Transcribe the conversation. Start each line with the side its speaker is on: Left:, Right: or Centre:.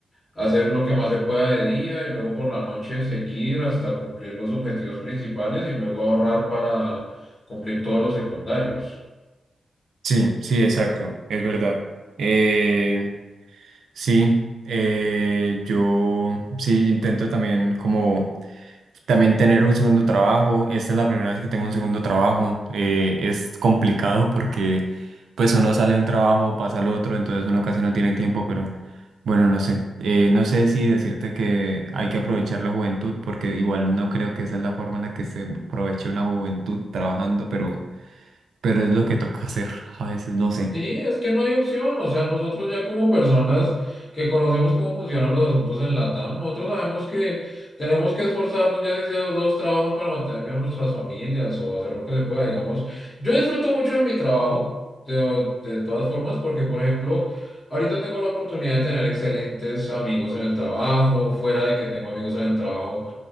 Left: hacer lo que más se pueda de día y luego por la noche seguir hasta cumplir los objetivos principales y luego ahorrar para cumplir todos los secundarios.
Right: Sí, sí, exacto, es verdad. Eh, sí, eh, yo sí intento también como También tener un segundo trabajo. Esta es la primera vez que tengo un segundo trabajo. eh, es complicado porque pues uno sale de un trabajo, pasa al otro, entonces uno casi no tiene tiempo, pero bueno, no sé. Eh, no sé si decirte que hay que aprovechar la juventud porque igual no creo que esa es la forma en la que se aproveche una juventud trabajando, pero, pero es lo que toca hacer a veces, no sé.
Left: Sí, es que no hay opción, o sea, nosotros ya como personas que conocemos cómo funcionan los asuntos en LATAM, nosotros sabemos que tenemos que esforzarnos ya sea haciendo dos trabajos para mantener bien nuestras familias o hacer lo que se pueda, digamos. Yo disfruto mucho de mi trabajo, de, de todas formas, porque por ejemplo, ahorita tengo la oportunidad de tener excelentes amigos en el trabajo, fuera de que tengo amigos en el trabajo.